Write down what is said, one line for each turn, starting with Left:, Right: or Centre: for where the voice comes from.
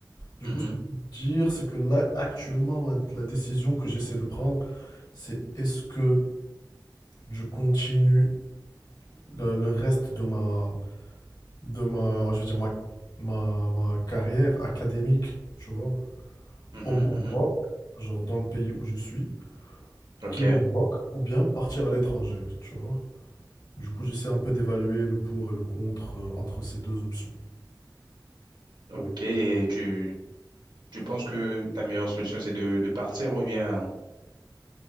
Left: Du
Right: Mhm,
Left: coup, ce que je peux te dire, c'est que là, actuellement, ma- la décision que j'essaie de prendre, c'est est-ce que je continue le, le reste de ma, de ma, je veux dire, ma, ma, ma carrière académique, tu vois,
Right: mhm,
Left: au Maroc,
Right: mhm.
Left: genre dans le pays où je suis,
Right: Ok,
Left: qui est le Maroc, ou bien partir à l'étranger, tu vois. Du coup, j'essaie un peu d'évaluer le pour et le contre euh, entre ces deux options.
Right: ok. Et tu, tu penses que ta meilleure solution, c'est de, de partir ou bien...